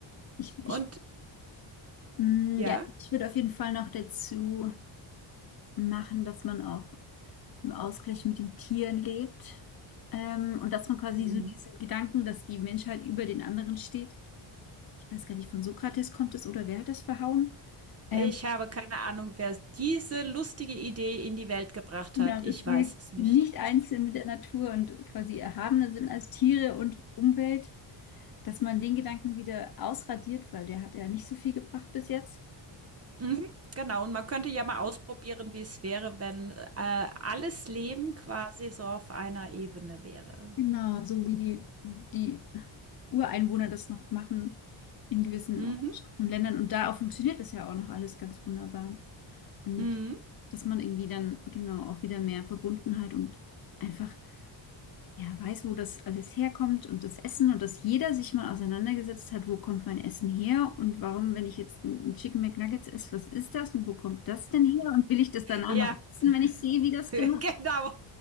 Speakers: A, on the left (about 45°); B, on the right (about 30°).
A: Ich,
B: Und
A: ich, mm,
B: ja.
A: ja, ich würde auf jeden Fall noch dazu machen, dass man auch im Ausgleich mit den Tieren lebt. Ähm, und dass man quasi
B: Mhm.
A: so diesen Gedanken, dass die Menschheit über den anderen steht. Ich weiß gar nicht, von Sokrates kommt es oder wer hat das verhauen? Ähm,
B: Ich habe keine Ahnung, wer diese lustige Idee in die Welt gebracht
A: Genau,
B: hat.
A: dass
B: Ich weiß
A: wir
B: es nicht.
A: nicht eins sind mit der Natur und quasi erhabener sind als Tiere und Umwelt, dass man den Gedanken wieder ausradiert, weil der hat ja nicht so viel gebracht bis jetzt.
B: Mhm, genau, und man könnte ja mal ausprobieren, wie es wäre, wenn äh, alles Leben quasi so auf einer Ebene wäre.
A: Genau, so wie die, die Ureinwohner das noch machen in gewissen
B: Mhm,
A: Ortschaften und Ländern. Und da auch funktioniert das ja auch noch alles ganz wunderbar. Und
B: mhm.
A: dass man irgendwie dann genau auch wieder mehr Verbundenheit und einfach Ja, weiß, wo das alles herkommt und das Essen und dass jeder sich mal auseinandergesetzt hat, wo kommt mein Essen her und warum, wenn ich jetzt ein ein Chicken McNuggets esse, was ist das und wo kommt das denn her und will ich das danach
B: Ja,
A: noch essen, wenn ich sehe, wie das
B: <laughs>
A: gemacht
B: genau.
A: wird?